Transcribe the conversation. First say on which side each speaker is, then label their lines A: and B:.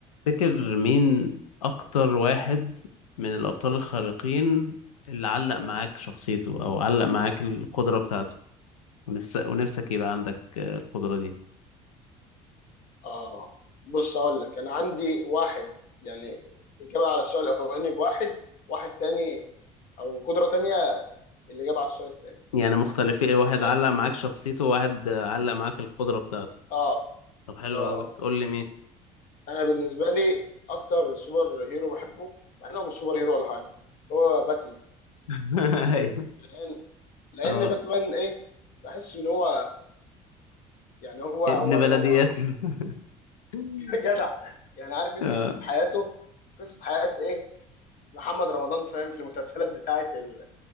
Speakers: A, on the left (about 80°); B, on the left (about 55°).
A: تفتكر مين أكتر واحد من الأبطال الخارقين اللي علق معاك شخصيته أو علق معاك القدرة بتاعته ونفسك ونفسك يبقى عندك آه، القدرة دي
B: اه بص هقول لك انا عندي واحد يعني اجابه على السؤال الاولاني بواحد واحد تاني او قدره تانيه الاجابه على السؤال التاني
A: يعني مختلفين
B: يعني
A: واحد علق
B: أ-
A: معاك شخصيته وواحد آه، علق معاك القدرة بتاعته
B: اه
A: طب حلو
B: اه
A: أوي
B: اه
A: قول لي مين
B: انا بالنسبه لي اكتر سوبر هيرو بحبه مع انه مش سوبر هيرو ولا حاجه هو باتمان
A: <laughs> أيوه
B: لان لان
A: أه
B: باتمان ايه بحس ان هو يعني هو
A: ابن
B: هو
A: بلدياتنا
B: بني ادم عادي
A: <laughs>
B: <laughs> جدع يعني عارف انت
A: أه
B: قصه حياته قصه حياه ايه محمد رمضان فاهم في المسلسلات بتاعت ال...